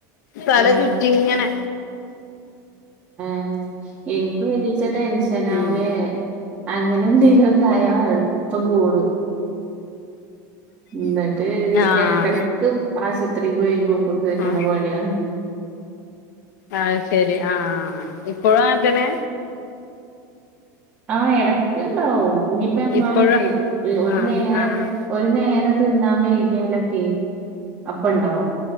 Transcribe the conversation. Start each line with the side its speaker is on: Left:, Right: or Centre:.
Left: തല
Right: ആഹ്
Left: ചുറ്റിങ്ങനെ
Right: ആഹ എനിക്ക് മലച്ച ടെൻഷനാവയേ
Left: ഉം
Right: അങ്ങനെ എന്തേലോ കയാ എളുപ്പം കൂടും ഇന്നട്ട്
Left: ആഹ്
Right: എടക്കെടയക്ക് ആശുപത്രിയി ഗ്ലൂക്കോസ് കേറ്റ്ണ
Left: ആഹ്
Right: പണിയാണ്.
Left: അഹ് ശെരി ആഹ് ഇപ്പഴും അങ്ങൻതന്നെ
Right: ആഹ് എടക്ക്ണ്ടാവും ഇനിയിപ്പ നമ്മള്
Left: ഇപ്പോഴ്
Right: ഒരു
Left: ആഹ്
Right: നേരം
Left: ആഹ് ആഹ്
Right: ഒരു നേരം തിന്നാൻ വൈകിയാലൊക്കെ അപ്പ ണ്ടാവും